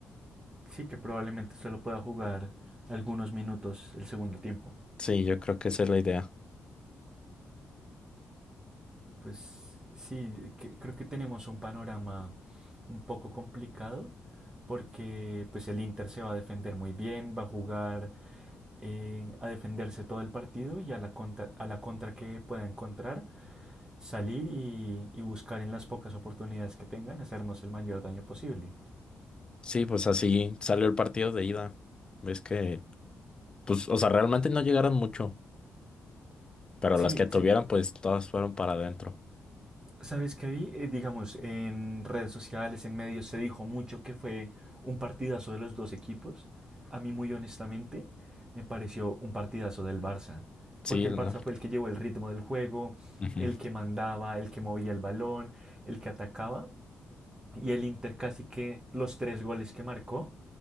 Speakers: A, on the right; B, on the left.
A: sí que probablemente solo pueda jugar algunos minutos el segundo tiempo.
B: Sí, yo creo que esa es la idea.
A: Pues sí, que- creo que tenemos un panorama un poco complicado porque pues el Inter se va a defender muy bien, va a jugar eh, a defenderse todo el partido y a la contra, a la contra que pueda encontrar salir y, y buscar en las pocas oportunidades que tengan hacernos el mayor daño posible.
B: Sí, pues así salió el partido de ida. Ves que, pues, o sea, realmente no llegaron mucho, pero
A: Sí,
B: las que tuvieron,
A: sí,
B: pues todas fueron para adentro.
A: ¿sabes qué vi? Eh, digamos, en redes sociales, en medios se dijo mucho que fue un partidazo de los dos equipos. A mí muy honestamente me pareció un partidazo del Barça,
B: Sí,
A: porque el
B: la-
A: Barça fue el que llevó el ritmo del juego,
B: Ujú.
A: el que mandaba, el que movía el balón, el que atacaba, Y el Inter casi que los tres goles que marcó